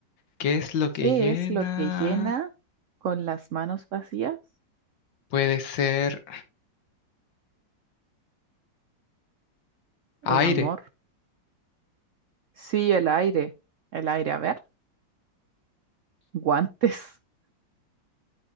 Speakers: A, on the left; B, on the right.
A: ¿Qué es lo que
B: ¿Qué
A: llena?
B: es lo que llena con las manos vacías?
A: Puede ser aire.
B: El amor. Sí, el aire. El aire, a ver. Guantes. <laughs>